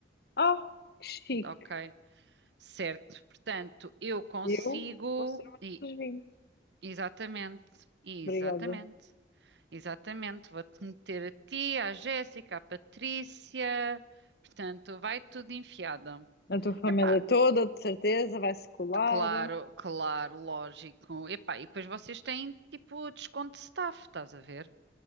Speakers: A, on the left; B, on the right.
A: Ah, que chique,
B: ok? Certo. Portanto, eu consigo.
A: eu vou ser uma das
B: e-
A: vinte
B: Exatamente, exatamente.
A: obrigada.
B: Exatamente, vou-te meter a ti, à Jéssica, à Patrícia, portanto, vai tudo enfiado.
A: A tua família
B: Epá,
A: toda, de certeza, vai-se colar,
B: claro, claro, lógico. Epá, e depois vocês têm tipo desconto de staff, estás a ver?